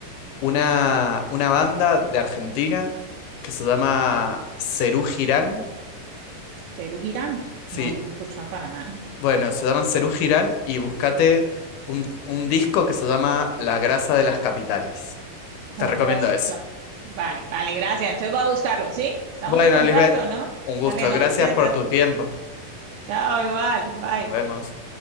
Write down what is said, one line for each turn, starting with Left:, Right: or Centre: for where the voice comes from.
Left: una, una banda de Argentina que se llama Serú Girán.
Right: Ceru Girán,
Left: Sí,
Right: no lo he escuchado para nada.
Left: bueno, se llaman Serú Girán y búscate un, un disco que se llama La grasa de las capitales. Te
Right: Las
Left: recomiendo
Right: grasas.
Left: ese.
Right: la- Vale, vale, gracias. Entonces voy a buscarlo, ¿sí? Estamos
Left: Bueno,
Right: en contacto,
Left: Lisbeth,
Right: ¿no?
Left: un gusto.
Right: Dale, no
Left: Gracias
Right: te pierdas.
Left: por tu tiempo.
Right: Chao, igual. Bye.
Left: Nos vemos.